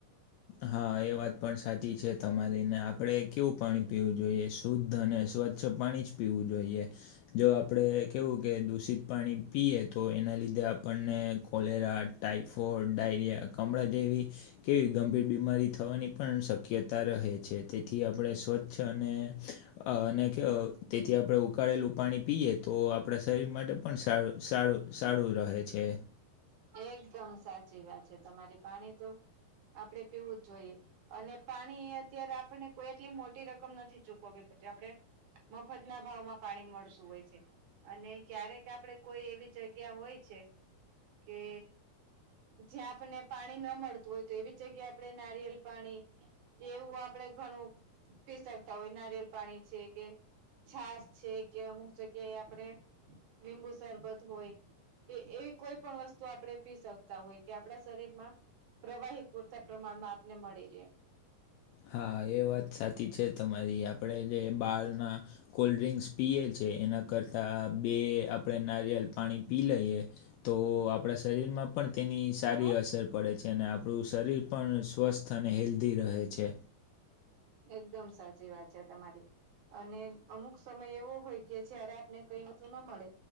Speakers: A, on the left (about 85°); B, on the right (about 65°).
A: હા એ વાત પણ સાચી છે તમારી. ને આપણે કેવું પાણી પીવું જોઈએ? શુદ્ધ અને સ્વચ્છ છ પાણી જ પીવું જોઈએ. જો આપણે કેવું કે દૂષિત પાણી પીએ તો એના લીધે આપણને કોલેરા ટાઈફોડ, ડાયરિયા, કમળા જેવી કેવી. ગંભીર બીમારી થવાની પણ શક્યતા રહે છે. તેથી આપણે સ્વચ્છ અને અને કે તેથી આપણે ઉકાળેલું પાણી પીએ તો આપણા શરીર માટે પણ સારું-સારું-સારું રહે છે.
B: એકદમ સાચી વાત છે તમારી. પાણી તો આપડે પીવું જ જોઈએ. અને પાણી અત્યારે આપને કોઈ એટલી મોટી રકમ નથી ચૂકવવી પતી આપડે. મફતના ભાવમાં પાણી મળતું હોય છે. અને ક્યારેક આપડે કોઈ એવી જગ્યા હોય છે. કે, જયા આપણને પાણી ન મળતું હોય તેવી. જગ્યા આપડે નારિયેલ પાણી, જેવું આપડે ઘણું. પી શકતા હોય, નારિયેલ પાણી છે કે. છાસ છે કે અમુક જગ્યાએ આપણે લીંબુ સરરબત હોય. તો એવી કોઈ પણ વસ્ત તો આપડે પી શકતા હોય, કે આપણા શરીર માં પ્રવાહી પૂરતા પ્રમાણમાં આપને મળી રહે.
A: હા એ વાત સાચી છે તમારી, આપણેે જે બારના. કોલ્ડ્રિંક્સ પીએલ છે, એના કરતા બે આપણે નારિયલ. પાણી પી લઈએ, તો આપણા શરીરમાં પણ તેની સારી
B: હા
A: અસર પડે છે. તેને આપણું શરીર પણ સ્વસ્થ અને હેલ્ધી રહે છે.
B: એકદમ સાચી વાત છે તમારી. અને અમુક સમય એવો હોય કે જયારે આપને કઈ વતુ ના મળે.